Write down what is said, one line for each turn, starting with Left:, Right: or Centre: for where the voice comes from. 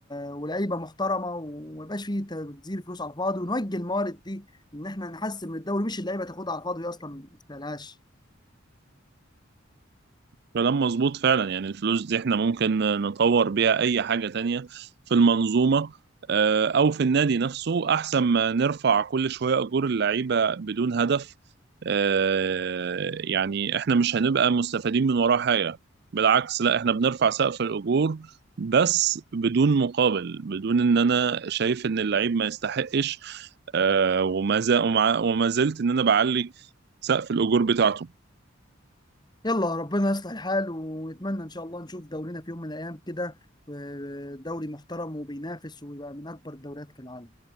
Left: ولاعيبه محترمه وما يبقاش فيه تبذير فلوس على الفاضي ونوجه الموارد دي ان احنا نحسن من الدوري مش اللعيبه تاخدها على الفاضي وهي اصلا ما تستاهلهاش
Right: كلام مظبوط فعلا يعني الفلوس دي احنا ممكن نطور بيها اي حاجة تانية في المنظومة آه، او في النادي نفسه احسن ما نرفع كل شوية اجور اللعيبة بدون هدف آه، يعني احنا مش هنبقى مستفيدين من وراه حاجة بالعكس لا احنا بنرفع سقف الاجور بس بدون مقابل بدون ان انا شايف ان اللعيب ما يستحقش آه، وما زا- ومع- وما زلت ان انا بعلي سقف الاجور بتاعته
Left: يلا ربنا يصلح الحال ونتمنى ان شاء الله نشوف دورينا في يوم من الايام كده آه، دوري محترم وبينافس ويبقى من اكبر الدوريات في العالم